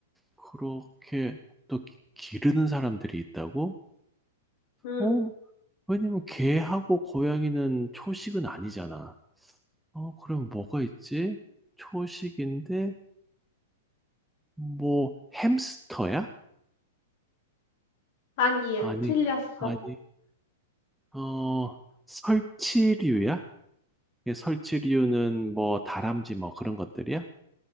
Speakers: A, in the centre; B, on the left.
A: 그렇게 또 기- 기르는 사람들이 있다고?
B: 응.
A: 어? 왜냐면 개하고 고양이는 초식은 아니잖아. 어, 그럼 뭐가 있지? 초식인데, 뭐, 햄스터야?
B: 아니야,
A: 아니,
B: 틀렸어.
A: 아니. 어, 설치류야? 예, 설치류는 뭐 다람쥐 뭐 그런 것들이야?